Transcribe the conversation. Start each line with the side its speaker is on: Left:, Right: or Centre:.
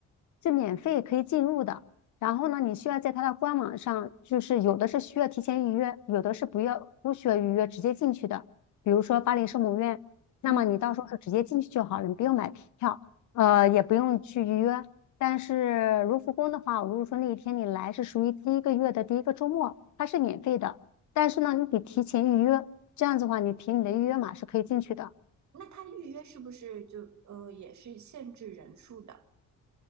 Left: 是免费可以进入的。然后呢，你需要在它的官网上，就是有的是需要提前预约，有的是不要不需要预约直接进去的。比如说巴黎圣母院，那么你到时候是直接进去就好了，
Right: 嗯，
Left: 你不用买票，呃，也不用去预约。但是卢浮宫的话，如果说那一天你来是属于第一个月的第一个周末，它是免费的，但是呢，你得提前预约。这样子的话，你凭你的预约码是可以进去的。
Right: 那它预约是不是就呃也是限制人数的？